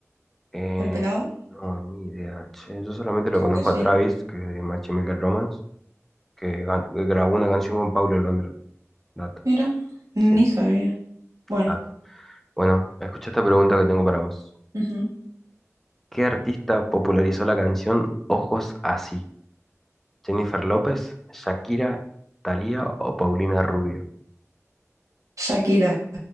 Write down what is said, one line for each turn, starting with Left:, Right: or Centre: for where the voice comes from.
Centre: Eh,
Right: ¿El pelado?
Centre: no, ni idea, che. Yo solamente lo
Right: Creo
Centre: conozco
Right: que sí.
Centre: a Travis, que es de My Chemical Romance. que gan- grabó una canción con Paulo Londra. Dato,
Right: Mira, ni
Centre: sí,
Right: sabía. Bueno,
Centre: dato. Bueno, escucha esta pregunta que tengo para vos.
Right: ujú.
Centre: ¿Qué artista popularizó la canción Ojos Así? ¿Jennifer López, Shakira, Thalía o Paulina Rubio?
Right: Shakira.